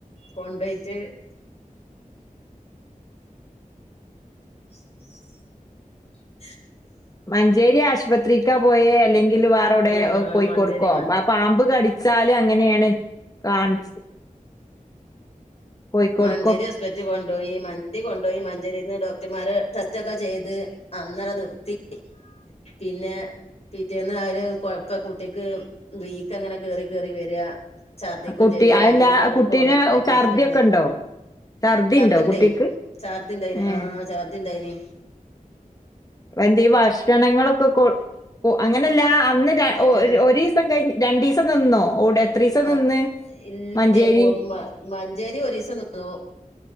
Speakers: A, on the left; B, on the left.
A: കൊണ്ടോയിട്ട് - ഉം
B: മഞ്ചേരി ആശുപത്രിക്കാ പോയെ അല്ലെങ്കിൽ വ ട്ടൊടെ
A: ആഹ്
B: അഹ് കോയിക്കോട്ക്കൊ
A: മഞ്ചേരി മ
B: ആ പാമ്പ് കടിച്ചാല് അങ്ങനെണ് കാണ്ച് കോഴിക്കോടുക്കോ
A: മഞ്ചേരി ഹോസ്പെറ്റ് കൊണ്ടോയി മണ്ടി കൊണ്ടോയി മഞ്ചേരീന്ന് ഡോക്ടമ്മാരെ ടെസ്റ്റ് ഒക്കെ ചെയ്ത് അന്നടെ നിർത്തി പിന്നെ പിറ്റേന്ന് ആര് കൊയപ്പം കുട്ടിക്ക് വീക്കങ്ങനെ കേറി കേറി വെരാ ഛർദ്ദിക്കും
B: ആ കുട്ടി
A: ചെയ്യാ
B: അതല്ല
A: അയില് പിന്നെ ഓല്
B: ആ കുട്ടീനെ
A: കോളേജ്ക്ക്
B: ഛർദിയൊക്കെ
A: വിട്ട്
B: ഉണ്ടോ ഛർദി
A: ചർദ്ദിണ്ടെ
B: ഉണ്ടോ കുട്ടിക്ക്
A: ഛർദിണ്ടെയിന്
B: ഏ
A: ആഹ് ഛർദിണ്ടേയ്നി
B: എന്തേം ഭക്ഷണങ്ങളൊക്കെ കൊ അങ്ങനെല്ല അന്ന് രാ ഒര്
A: ഏഹ്
B: ഒരീ ഇപ്പം കയിഞ്ഞ് രണ്ടീസം നിന്നോഒടെത്രീസം
A: ആഹ്
B: നിന്ന്
A: ഇല്ലേ
B: മഞ്ചേരി
A: മഞ്ചേരി ഒരീസം നിന്നു